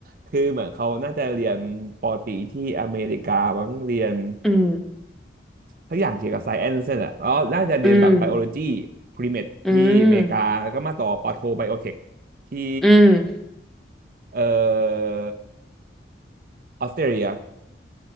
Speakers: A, on the right; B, in the centre.
A: คือเหมือนเขาน่าจะเรียนปอตรีที่อเมริกาบ้างเรียน
B: อืม
A: ทุกอย่างเกี่ยวกับไซเอนซ์เนี่ยแหละแล้วน่าจะเรียนแบบไบโอโลจี
B: อืม
A: พรีเม e
B: อืม
A: ที่อเมริกาแล้วก็มาต่อปอโทไบโอเทคที่
B: อืม
A: เอ่อออสเตรเลีย